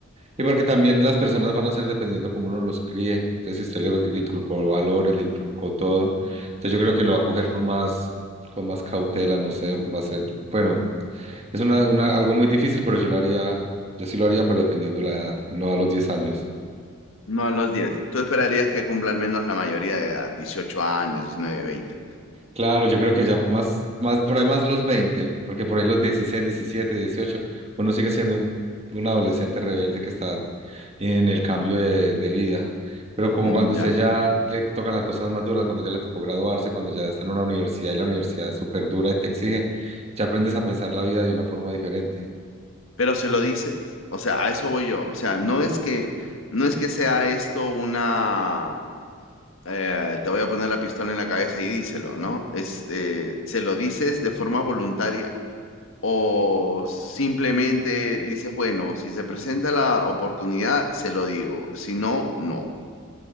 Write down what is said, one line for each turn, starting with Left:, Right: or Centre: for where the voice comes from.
Right: Y porque también las personas van a ser dependiendo cómo uno los críe. Entonces, si usted le, le inculcó valores, le inculcó todo, entonces yo creo que lo va a coger con más, con más cautela, no sé, va a ser, bueno, es una, una, algo muy difícil, pero yo lo haría, yo sí lo haría, pero dependiendo la edad, no a los 10 años.
Left: No a los 10. Tú esperarías que cumpla al menos la mayoría de edad, dieciocho años, diecinueve, veinte?
Right: Claro, yo creo que ya más, más, por ahí más los 20, porque por ahí los 16, 17, 18, uno sigue siendo un, un adolescente rebelde que está en el cambio de, de vida. Pero como
Left: Mm,
Right: cuando usted
Left: ya.
Right: ya le tocan las cosas más duras, cuando ya le tocó graduarse, cuando ya está en una universidad y la universidad es súper dura y te exige, ya aprendes a pensar la vida de una forma diferente.
Left: Pero se lo dices, o sea, a eso voy yo. O sea, no es que, no es que sea esto una, eh, te voy a poner la pistola en la cabeza y díselo, ¿no? Es, eh, se lo dices de forma voluntaria o simplemente dices, bueno, si se presenta la oportunidad, se lo digo. Si no, no.